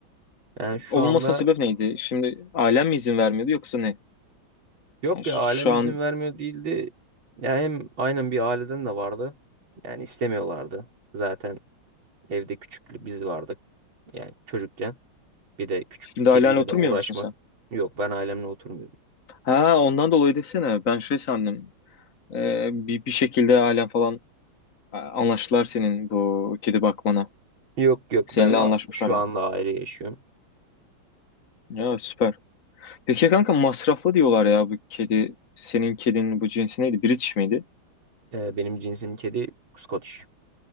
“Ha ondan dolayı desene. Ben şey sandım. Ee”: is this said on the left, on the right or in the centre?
Left